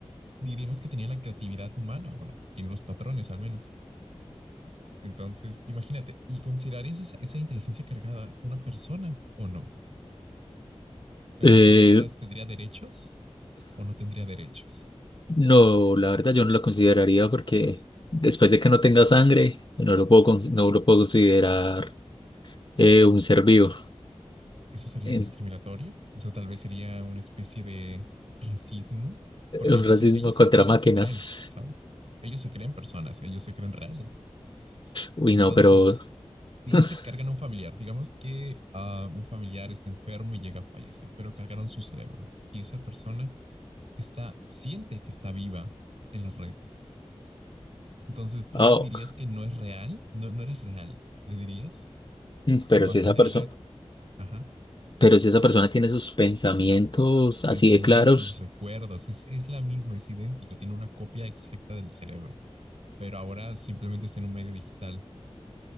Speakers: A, on the right; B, on the left.
A: diríamos que tenía la creatividad humana, bueno, tiene los patrones al menos. Entonces, imagínate, ¿y considerarías esa, esa inteligencia cargada una persona o no? ¿La
B: Eh,
A: considerarías, tendría derechos? o no tendría derechos.
B: no, la verdad yo no la consideraría porque después de que no tenga sangre, no lo puedo, cons- no lo puedo considerar eh, un ser vivo.
A: ¿Eso sería
B: En-
A: discriminatorio? ¿Eso tal vez sería una especie de racismo? Porque
B: un
A: ellos
B: racismo
A: se, ellos,
B: contra
A: ellos
B: máquinas.
A: se creen, ¿saben? Ellos se creen personas, ellos se creen reales.
B: Uy,
A: Entonces,
B: no, pero,
A: digamos
B: <laughs>
A: que te cargan a un familiar, digamos que ah, un familiar está enfermo y llega a fallecer, pero cargaron su cerebro y esa persona está, siente que está viva en la red. Entonces, ¿tú
B: oh,
A: dirías que no es real? No, no eres real, le dirías,
B: pero
A: por más
B: si
A: que
B: esa
A: te
B: persona,
A: diga, ajá,
B: pero si esa persona tiene sus pensamientos así
A: pensamientos,
B: de claros,
A: recuerdos, es, es la misma, es idéntico, tiene una copia exacta del cerebro, pero ahora simplemente está en un medio digital.